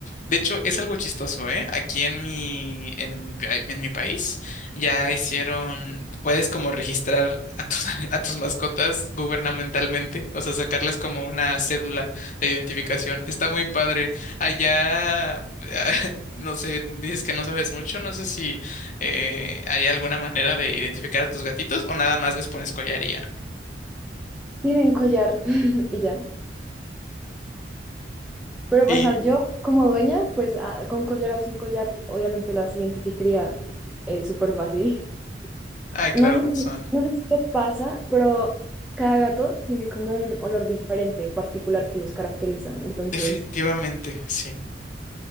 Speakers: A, on the left; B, in the centre.
A: De hecho, es algo chistoso, ¿eh? Aquí en mi, en mi, pa- en mi país ya hicieron, puedes como registrar a tus, <laughs> a tus mascotas gubernamentalmente, o sea, sacarles como una cédula de identificación. Está muy padre. Allá, <laughs> no sé, dices que no sabes mucho, no sé si eh, hay alguna manera de identificar a tus gatitos o nada más les pones collaría.
B: Tienen collar <laughs> y ya. Pero,
A: Y,
B: o sea, yo como dueña, pues ah, con collar o sin collar, obviamente las identificaría eh, súper fácil.
A: ay,
B: No
A: claro,
B: sé si,
A: son
B: no sé si te pasa, pero cada gato tiene como un olor diferente, en particular que los caracteriza. Entonces,
A: definitivamente, sí.